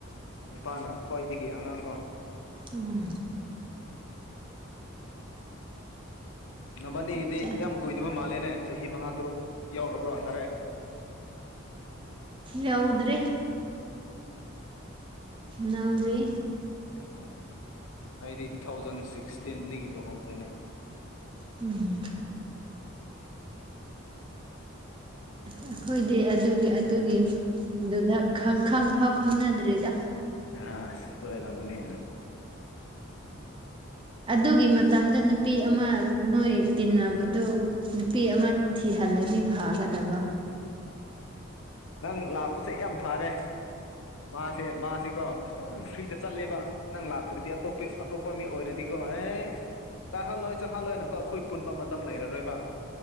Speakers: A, on the left; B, on the right.
A: ꯅꯨꯄꯥꯅ ꯈ꯭ꯋꯥꯏꯗꯒꯤ ꯑꯉꯥꯡ ꯀꯣ
B: ꯎꯝ
A: ꯅꯕꯥꯅꯤꯒꯤꯗꯤ
B: ꯆꯞ ꯆꯥꯔꯦ
A: ꯌꯥꯝ ꯀꯨꯏꯗꯕ ꯃꯥꯜꯂꯦꯅꯦ ꯆꯍꯤ ꯃꯉꯥ ꯇꯔꯨꯛ ꯌꯧꯔꯕ꯭ꯔꯣ ꯇꯔꯦꯠ ꯎꯝ
B: ꯌꯧꯗ꯭ꯔꯤ ꯅꯥꯎꯔꯤ
A: ꯎꯝ ꯑꯩꯗꯤ ꯇꯨ ꯊꯥꯎꯖꯟ ꯁꯤꯛꯁꯇꯤꯟꯗꯒꯤ ꯂꯨꯍꯣꯡꯈ꯭ꯔꯦꯅꯦ
B: ꯎꯝ ꯑꯩꯈꯣꯏꯗꯤ ꯑꯗꯨꯒꯤ ꯑꯗꯨꯒꯤ ꯑꯗꯨꯗ ꯈꯪ ꯈꯪ ꯐꯥꯎ ꯈꯪꯅꯗ꯭ꯔꯤꯗ
A: ꯑ ꯑ ꯑꯗꯨ ꯑꯣꯏꯔꯝꯒꯅꯦ
B: ꯑꯗꯨꯒꯤ ꯃꯇꯝꯗ ꯅꯨꯄꯤ ꯑꯃ ꯅꯣꯏ ꯇꯤꯟꯅꯕꯗꯨ ꯅꯨꯄꯤ ꯑꯃ ꯊꯤꯍꯜꯂꯗꯤ ꯐꯒꯗꯕ
A: ꯅꯪ ꯂꯥꯛꯄꯁꯦ ꯌꯥꯝ ꯐꯔꯦ ꯃꯥꯁꯦ ꯃꯥꯁꯤꯀꯣ ꯑꯗꯨꯝ ꯐ꯭ꯔꯤꯗ ꯆꯠꯂꯦꯕ ꯅꯪ ꯂꯥꯛꯇ꯭ꯔꯗꯤ ꯑꯇꯣꯞꯄ ꯑꯇꯣꯞꯄ ꯃꯤ ꯑꯣꯏꯔꯗꯤꯀꯣ ꯑꯦ ꯆꯥꯍꯜꯂꯣꯏ ꯆꯥꯍꯜꯂꯣꯏꯅꯀꯣ ꯑꯩꯈꯣꯏ ꯄꯨꯟꯕ ꯃꯇꯝ ꯂꯩꯔꯔꯣꯏꯕ